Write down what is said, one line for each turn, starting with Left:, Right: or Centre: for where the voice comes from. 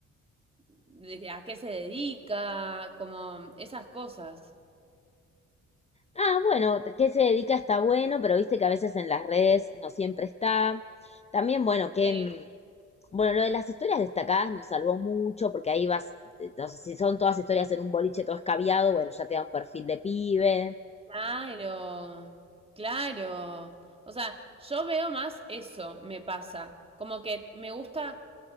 Right: de- ¿a qué se dedica? Como esas cosas.
Left: Ah, bueno, ¿qué se dedica? Está bueno, pero viste que a veces en las redes no siempre está. También, bueno, que,
Right: Sí,
Left: mm, bueno, lo de las historias destacadas nos salvó mucho porque ahí vas, eh, no sé si son todas historias en un boliche todo escabiado, bueno, ya te da un perfil de pibe.
Right: claro, claro. O sea, yo veo más eso, me pasa. Como que me gusta,